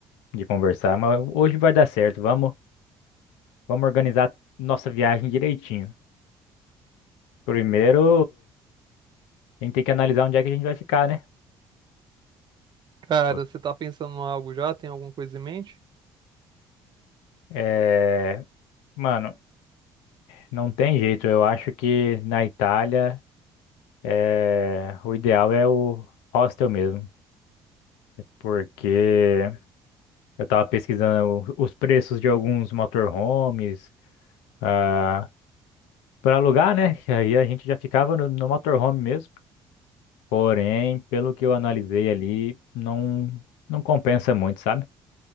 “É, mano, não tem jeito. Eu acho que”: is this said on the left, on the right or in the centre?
Left